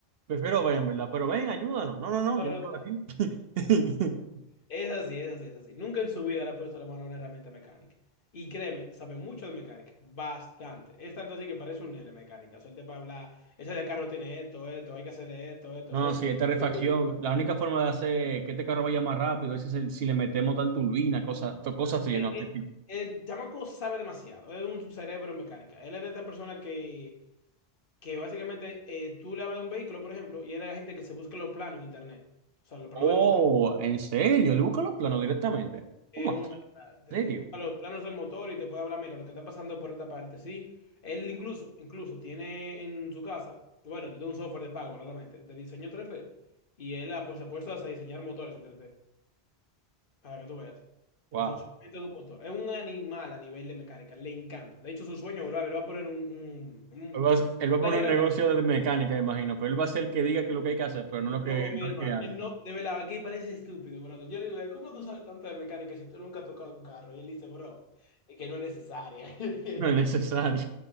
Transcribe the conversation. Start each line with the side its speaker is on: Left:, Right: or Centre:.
Right: prefiero ven, ¿verdad? Pero ven, ayúdanos. No, no, no,
Left: No,
Right: yo
Left: no,
Right: me quedo
Left: gracias.
Right: aquí. <laughs>
Left: Es así, es así, es así. Nunca en su vida le ha puesto la mano a una herramienta mecánica. Y créeme, sabe mucho de mecánica, bastante. Es tanto así que parece un nerd de mecánica. Suelte para hablar, ese de carro tiene esto, esto, hay que hacerle esto, esto.
Right: No,
Left: Es,
Right: sí, esta refacción,
Left: súper-
Right: la única forma de hacer que este carro vaya más rápido es si, si le metemos tal turbina, cosas, to- cosas así,
Left: Eh,
Right: ¿no? Tipo,
Left: eh, el chamaco sabe demasiado, es un cerebro mecánica. Él es de esta persona que, que básicamente eh, tú le hablas de un vehículo, por ejemplo, y él es la gente que se busca los planos en internet. O sea, los planos
Right: Oh,
Left: del motor.
Right: ¿en serio? Él busca los planos directamente.
Left: Es
Right: ¿Cómo
Left: un
Right: así?
Left: animal, te
Right: ¿En
Left: digo.
Right: serio?
Left: A los planos del motor y te puede hablar, mira, lo que está pasando por esta parte, sí. Él incluso, incluso tiene en su casa, bueno, tiene un software de pago, claramente, de diseño 3D. Y él ha, pues, se ha puesto a diseñar motores en 3D, para que tú veas.
Right: Wow.
Left: El funcionamiento de un motor. Es un animal a nivel de mecánica, le encanta. De hecho, su sueño, bro, él va a poner un, un, un
Right: Él va, a él va a
Left: taller
Right: poner un
Left: aquí,
Right: negocio de mecánica, imagino, pero él va a ser el que diga que es lo que hay que hacer, pero no lo que,
Left: yo o mi
Right: no
Left: hermano.
Right: el que haga.
Left: Él no, de verdad, aquí parece estúpido, brother. Yo le digo, ¿cómo tú sabes tanto de mecánica si tú nunca has tocado un carro? Y él dice, bro, es que no es necesaria. <laughs>
Right: <laughs> No es necesario.